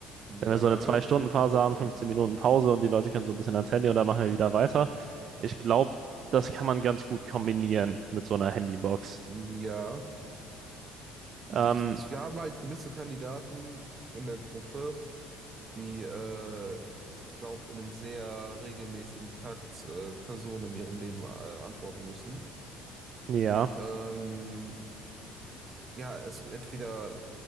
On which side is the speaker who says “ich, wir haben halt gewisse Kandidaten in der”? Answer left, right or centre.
Right